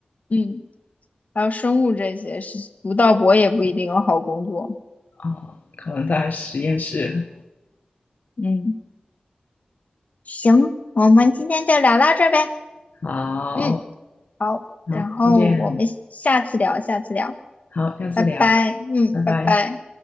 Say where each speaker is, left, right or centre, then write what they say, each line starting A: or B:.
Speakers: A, on the left; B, on the left.
A: 嗯，还有生物这些是读到博也不一定有好工作。
B: 啊，可能在实验室。
A: 嗯行，我们今天就聊到这儿呗。
B: 好，
A: 嗯，然后我们下次聊，
B: 好，再见，
A: 下次聊，
B: 好，下次聊，
A: 拜拜。嗯，
B: 拜拜。
A: 拜拜。